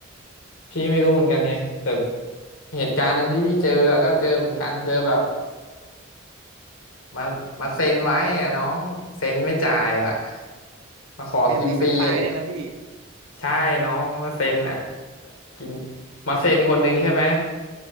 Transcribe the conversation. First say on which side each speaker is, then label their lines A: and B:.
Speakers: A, on the left (about 75°); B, on the right (about 80°).
A: พี่ไม่รู้เหมือนกันไงแต่เหตุการณ์หนึ่งที่พี่เจออะก็เจอเหมือนกันเจอแบบมามาเซ็นไว้อ่ะน้องเซ็นไม่จ่ายอ่ะมาขอกินฟรีอ่ะ
B: เป็นในเฟรนช์ฟรายเนี่ยนะพี่
A: ใช่น้อง มาเซ็นอ่ะกินมาเซ็นคนหนึ่งใช่ไหม